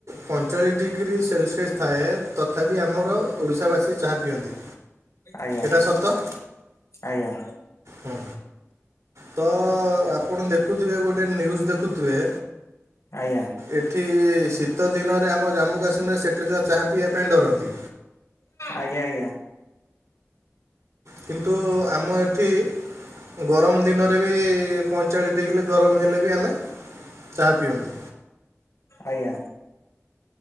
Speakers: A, on the right; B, on the left.
A: ପଇଁଚାଳିଶ ଡିଗ୍ରୀ ସେଲସିଅସ୍ ଥାଏ ତଥାପି ଆମର ଓଡ଼ିଶାବାସୀ ଚାହା ପିଅନ୍ତି
B: ଆଜ୍ଞା
A: ଏଟା ସତ।
B: ଆଜ୍ଞା।
A: ହୁଁ ତ ଆପଣ ଦେଖୁଥିବେ ଗୋଟେ ଗୋଟେ ନ୍ୟୁଜ୍ ଦେଖୁଥିବେ
B: ଆଜ୍ଞା।
A: ଏଠି ଶୀତ ଦିନରେ ଆମ ଜାମ୍ମୁ କାଶ୍ମୀରରେ ସେଠି ତ ଚାହା ପିଇବା ପାଇଁ ଡରନ୍ତି
B: ଆଜ୍ଞା ଆଜ୍ଞା।
A: କିନ୍ତୁ ଆମ ଏଠି ଗରମ ଦିନରେ ବି ପଇଁଚାଳିଶ ଡିଗ୍ରୀ ଗରମ ହେଲେ ବି ଆମେ ଚାହା ପିଅନ୍ତି।
B: ଆଜ୍ଞ୍ୟା।